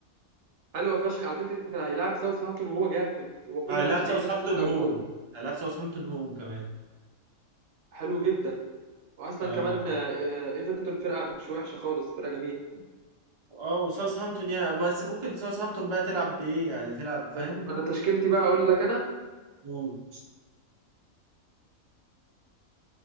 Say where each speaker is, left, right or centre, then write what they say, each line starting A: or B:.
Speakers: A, on the right; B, on the right.
A: حلو فشخ على فكره هيلاعب ساوثهامبتون وهو جامد هو كل
B: هيلعب
A: ماتش بيعمل
B: ساوثهامبتون
A: اسيست او
B: هوم
A: جول
B: هيلعب ساوثهامبتون هوم كمان
A: حلو جدا واصلا
B: ف-
A: كمان آه، آه، ايفرتون فرقه مش وحشه خالص فرقه جميله
B: اه وساوثهامبتون يعني بس ممكن ساوثهامبتون بقى تلعب بايه يعني تلعب فاهم
A: حلو انا تشكيلتي بقى اقول لك انا
B: قول